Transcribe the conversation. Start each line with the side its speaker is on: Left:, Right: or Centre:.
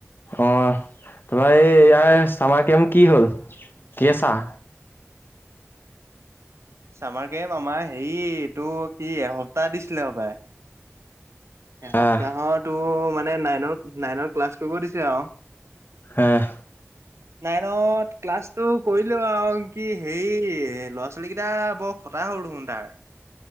Left: অ তাপৰা এই ইয়াৰ চামাৰ কেম কি হ'ল কেচা
Right: <unintelligible> চামাৰকেম আমাৰ হেৰি এইটো কি এসপ্তাহ দিছিলে হবায় এসপ্তাহতো
Left: আহ
Right: মানে নাই <unintelligible> নাইনৰ ক্লাছ কৰিব দিছে আৰু
Left: আহ
Right: নাইনত ক্লাছটো কৰিলো আৰু কি হেৰি ল'ৰা ছোৱালী কেইটা বৰ <unintelligible> <inaudible>